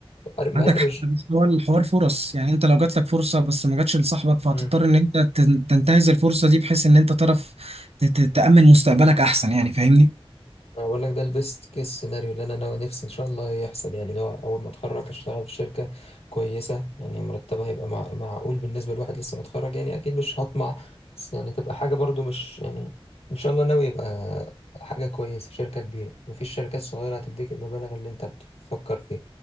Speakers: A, on the left; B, on the right.
A: عارف- مع
B: عندك
A: ان
B: حق
A: مش
B: بس هو الحوار فرص يعني انت لو جات لك فرصه بس ما جاتش لصاحبك فهتضطر
A: مم.
B: ان انت تن- تنتهز الفرصه دي بحيث ان انت تعرف ت- ت- تأمن مستقبلك احسن يعني فاهمني؟
A: انا بقول لك ده البيست كيس سيناريو اللي انا ناوي نفسي ان شاء الله يحصل يعني لو اول ما اتخرج اشتغل في شركه كويسه يعني مرتبها هيبقى مع... معقول بالنسبه لواحد لسه متخرج يعني اكيد مش هطمع بس يعني تبقى حاجه برضو مش يعني ان شاء الله ناوي يبقى حاجه كويسه شركه كبيره مفيش شركات صغيره هتديك المبالغ اللي انت بتفكر فيها